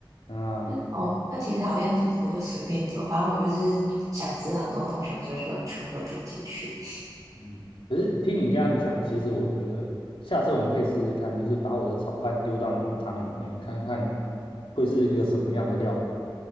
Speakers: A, on the left; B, on the right.
A: 嗯啊
B: 就哦，那其实好像就我就随便丢，反正我就是想吃很多东西，我就就全部都丢进去，
A: 嗯可是听你这样讲，其实我觉得下次我们可以试试看，就是把我的炒饭丢到你的汤里面，看看会是一个什么样的料理。